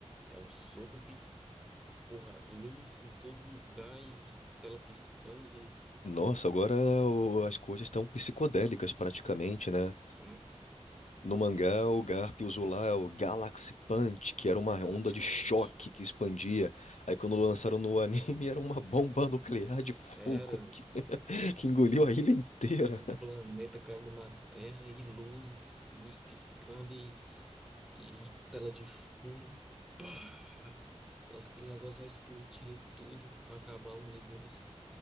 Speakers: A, in the centre; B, on the left.
A: É um soco de, porra, luz em todo lugar e tela piscando e,
B: Nossa, agora o- as coisas estão psicodélicas praticamente, né?
A: sim,
B: No mangá,
A: o,
B: o Garp usou lá o Galaxy Punch, que era
A: o
B: uma
A: Galaxy
B: onda de choque
A: Punch.
B: que expandia. Aí quando lançaram no anime, <laughs> era uma bomba nuclear de fogo
A: Era,
B: <laughs> que engoliu
A: em
B: a ilha inteira.
A: um, um planeta caindo na Terra e luz, e luz piscando e E tela de fundo e pá! Parece que aquele negócio vai explodir tudo, acabar o universo.